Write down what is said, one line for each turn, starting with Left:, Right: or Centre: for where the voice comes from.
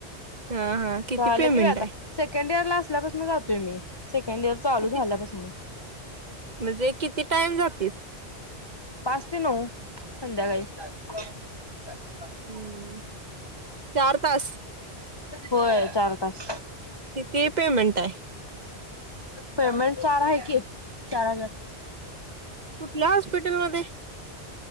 Right: हा हा किती
Left: झालं
Right: पेमेंट
Left: कि बाई आता
Right: आहे
Left: सेकंड इयर क्लासला असल्यापासून जातोय मी. सेकंड इयर चालू
Right: किती
Left: झाल्यापासन.
Right: म्हणजे किती टाईम जातीस?
Left: पाच ते नऊ. संध्याकाळी. <inaudible>
Right: <unintelligible> चार तास.
Left: होय चार तास.
Right: किती पेमेंट आहे?
Left: पेमेंट चार हाय की. चार हजार
Right: कुठल्या हॉस्पिटल मध्ये? <inaudible>